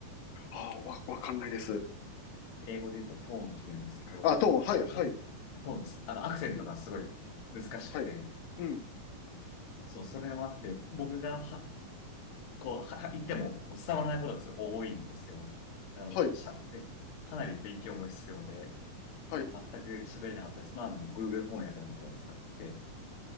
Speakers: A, on the left (about 85°); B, on the left (about 60°).
A: ああ、わ、わかんないです。
B: 英語で言うとトーンって言うんですけど、
A: あ、トーン、はい、
B: あの、
A: はい。
B: 発トーンです。あの、アクセントがすごい
A: うん、
B: 難しくて、
A: はい。うん、
B: そう、それもあって、僕がは、こう、は、言っても伝わらないことがすごい多いんですよ。だから、
A: はい、
B: しゃ、で、かなり勉強も必要で、
A: はい。
B: 全く喋れなかったです。まあ、もう Google 翻訳のアプリを使って、